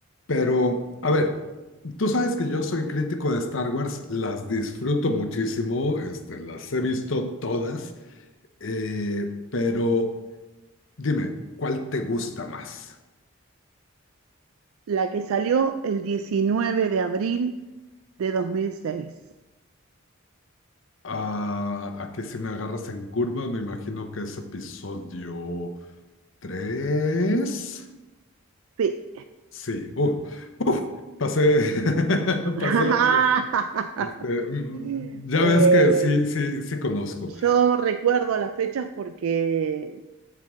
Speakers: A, on the left; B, on the right.
A: Pero, a ver, tú sabes que yo soy crítico de Star Wars, las disfruto muchísimo, este, las he visto todas, eh, pero dime, ¿cuál te gusta más?
B: La que salió el 19 de abril de 2006.
A: Ah, aquí si me agarras en curva, me imagino que es episodio. Tres.
B: Sí.
A: Sí. Uh, uf, pasé, <laughs>
B: <laughs>
A: pasé la... este, mm, ya
B: Eh,
A: ves que sí, sí, sí conozco.
B: yo recuerdo las fechas porque